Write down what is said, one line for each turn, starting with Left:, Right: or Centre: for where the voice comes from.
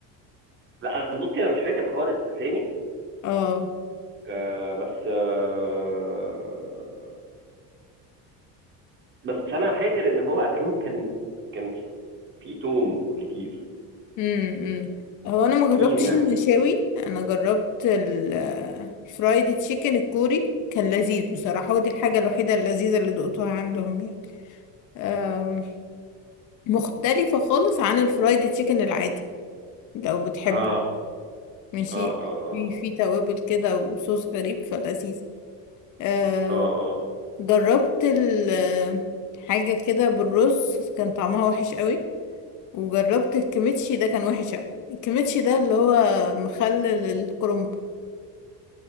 Right: لا أنا- بصي انا مش فاكر خالص اسامي
Left: اه
Right: آه بس آه بس انا فاكر ان هو اكلهم كان كان فيه توم كتير
Left: امم امم هو انا ما
Right: كتير
Left: جربتش
Right: يعني
Left: المشاوي انا جربت ال- الفرايد تشيكن الكوري كان لذيذ بصراحة ودي الحاجة الوحيدة اللذيذة اللي دقتها عندهم يعني آم، مختلفة خالص عن الفرايد تشيكن العادي لو بتحبه
Right: اه
Left: ماشي
Right: اه اه اه
Left: في في توابل كده وصوص غريب فلذيذ آه،
Right: اه اه
Left: جربت ال- حاجة كده بالرز كان طعمها وحش قوي وجربت الكيميتشي ده كان وحش قوي الكيميتشي ده اللي هو مخلل الكرنب